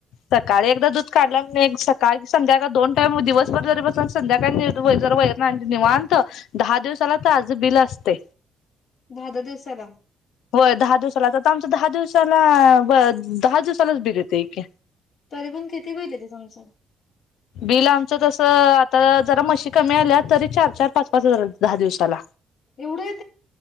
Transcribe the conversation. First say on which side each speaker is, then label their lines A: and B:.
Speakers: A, on the left (about 85°); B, on the left (about 65°).
A: सकाळी एकदा दूध काढला क नाय काय की संध्याकाळ दोन टाइम दिवसभर जरी बसून संध्याकाळी जर वैरण आणली निवांत दहा दिवसाला ताज बिला स्तय्
B: दहा दहा दिवसाला
A: होय दहा दिवसाला तसं‌ आमचं दहा दिवस तरं अं दहा दिवसालाच बिल येतंय की
B: तरी पण किती बिल येतंय तुमचं
A: बिल आमचं तसं आता जरा मशी कमी आल्या तरी चार चार पाच पाच हजार दहा दिवसाला
B: तेवढं येतंय